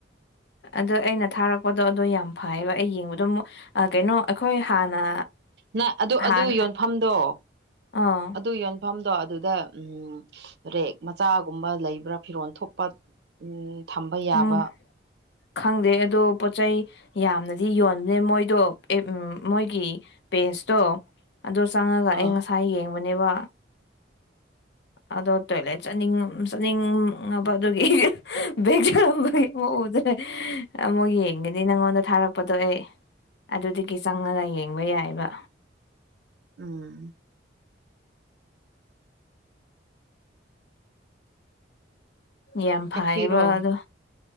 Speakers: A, on the left (about 60°); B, on the right (about 60°).
A: ꯑꯗꯣ ꯑꯩꯅ ꯊꯥꯔꯛꯄꯗꯣ ꯑꯗꯣ ꯌꯥꯝ ꯐꯩꯌꯦꯕ ꯑꯩ ꯌꯦꯡꯕꯗꯣ ꯑꯃꯨꯛ ꯀꯩꯅꯣ ꯑꯩꯈꯣꯏ ꯍꯥꯟꯅ
B: ꯅ ꯑꯗꯨ
A: ꯍꯥꯟ
B: ꯑꯗꯨ ꯌꯣꯟꯐꯝꯗꯣ
A: ꯑꯥ
B: ꯑꯗꯨ ꯌꯣꯟ ꯃꯐꯝꯗꯣ ꯑꯗꯨꯗ ꯎꯝ ꯦꯛ ꯃꯆꯥꯒꯨꯝꯕ ꯂꯩꯕ꯭ꯔꯥ ꯐꯤꯔꯣꯜ ꯊꯨꯞꯄ ꯎꯝ ꯊꯝꯕ ꯌꯥꯕ
A: ꯎꯝ ꯈꯪꯗꯦ ꯑꯗꯣ ꯄꯣꯠ ꯆꯩ ꯌꯥꯝꯅꯗꯤ ꯌꯣꯟꯕꯅꯦ ꯃꯣꯏꯗꯣ <unintelligible> ꯃꯣꯏꯒꯤ ꯄꯦꯁꯇꯣ ꯑꯗꯨ ꯆꯪꯉꯒ ꯑꯩ
B: ꯑꯥ
A: ꯉꯁꯥꯏ ꯌꯦꯡꯕꯅꯦꯕ ꯑꯗꯣ ꯇꯣꯢꯂꯦꯠ ꯆꯠꯅꯤꯡꯉꯝ ꯆꯠꯅꯤꯡ ꯉꯕ ꯑꯗꯨꯒꯤ <unintelligible> ꯑꯃꯨꯛ ꯌꯦꯡꯒꯅꯤ ꯅꯪꯉꯣꯟꯗ ꯊꯥꯔꯛꯄꯗꯣ ꯑꯩ ꯑꯗꯨꯗꯒꯤ ꯆꯪꯉꯒ ꯌꯦꯡꯕ ꯌꯥꯏꯑꯦꯕ
B: ꯎꯝ
A: ꯌꯥꯝ ꯐꯩꯌꯦꯕ
B: ꯀꯛꯄꯤꯔꯣ
A: ꯑꯗꯣ